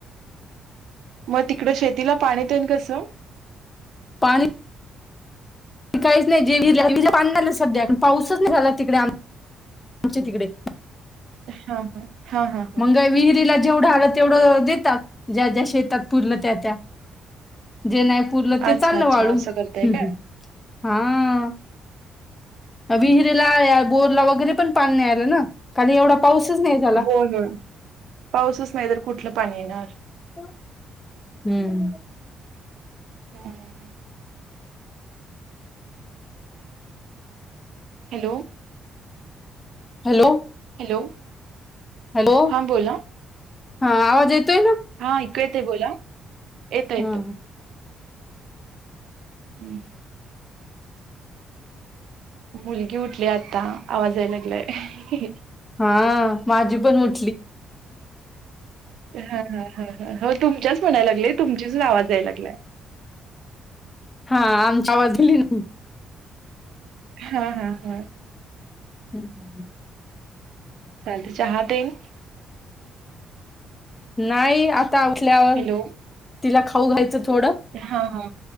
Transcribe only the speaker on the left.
पाणीऽ काहीच नाही जे विज सध्या,, पाऊसच नाही झाला तिकडेऽ ग तिकडेऽ
मंग काय विहिरीला जेवढं आलं तेवढं देतात,, ज्या ज्या शेतात पुूरलं त्या त्याऽ जे नायपूरलं ते
चाललं
वाळू,,,
हम््
हा. विहिरीला, बोरला वगैरे पण पाणी नाही आलं ना,, खाली एवढा पाऊसच नाही झाला.
हम, हम्म,
हॅलो,
हॅलो,,
हा आवाज येतोय ना?
हा
हा,, माझी पण उठली.
हा,, आमच्या बाजीली ना.
हम्, हम,
नाही,, आता उठल्यावर,,
तिला खाऊ घायचं थोडंऽ